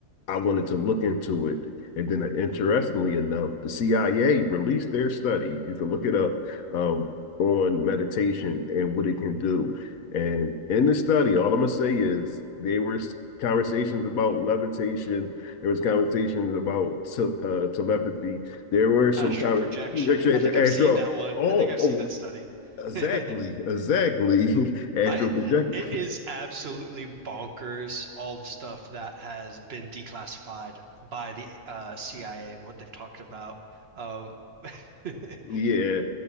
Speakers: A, on the left (about 85°); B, on the right (about 50°).
A: I wanted to look into it. And then, uh, interestingly enough, the CIA released their study. You can look it up um, on meditation and what it can do. And in the study, all I'm gonna say is there were conversations about levitation. There was conversations about te- uh, telepathy. There were some
B: Astral
A: conversations
B: projection.
A: actually
B: I think
A: astro.
B: I've seen that one.
A: Oh,
B: I think I've seen
A: oh,
B: that study.
A: Exactly,
B: <laughs>
A: exactly. <laughs> Astral
B: I
A: projector.
B: it is absolutely bonkers all the stuff that has been declassified by the uh, CIA and what they've talked about. Um, <laughs>
A: Yeah.